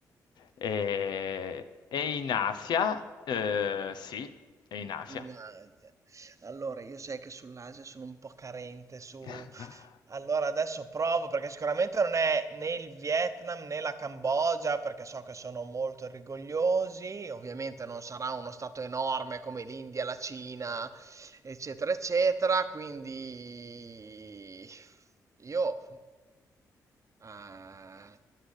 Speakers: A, on the left (about 70°); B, on the right (about 45°).
A: Eh, è in Asia, eh, sì, è in Asia.
B: In Asia. Allora, io sai che sull'Asia sono un po' carente su...
A: <laughs>
B: Allora, adesso provo perché sicuramente non è né il Vietnam né la Cambogia, perché so che sono molto rigogliosi. Ovviamente non sarà uno stato enorme come l'India, la Cina, eccetera, eccetera. Quindi io eh,